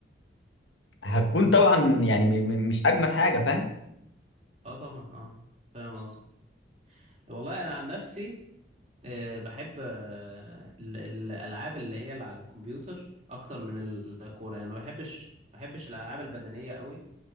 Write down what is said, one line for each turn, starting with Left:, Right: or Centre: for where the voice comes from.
Left: هتكون طبعا يعني م- م- مش اجمد حاجه فاهم
Right: اه طبعا اه فاهم قصدي والله انا عن نفسي آه، بحب آه، ال- الالعاب اللي هي اللي على الكمبيوتر اكتر من الكوره يعني ما بحبش ما بحبش الالعاب البدنيه قوي